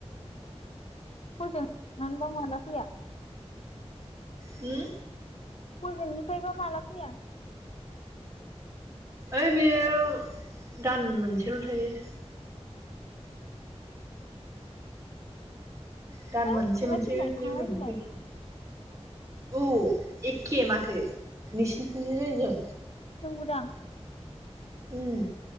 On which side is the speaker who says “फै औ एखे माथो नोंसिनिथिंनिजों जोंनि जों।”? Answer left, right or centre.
Right